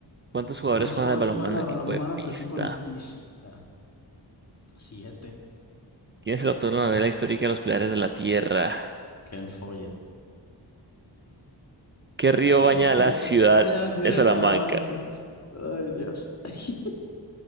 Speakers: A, on the right; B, on the left.
A: ¿Cuántos jugadores
B: ¿Cuántos
A: juegan
B: jugadores
A: al balonmano
B: juegan al
A: en equipo
B: balonmano
A: de pista?
B: por equipo en pista? Siete.
A: ¿Quién es el autor de la novela histórica Los Pilares de la Tierra?
B: Qué enfolle,
A: ¿Qué río
B: Qué
A: baña
B: río.
A: la ciudad
B: Vaya la ciudad
A: de
B: de
A: Salamanca?
B: Salamanca. Ay, Dios. <laughs>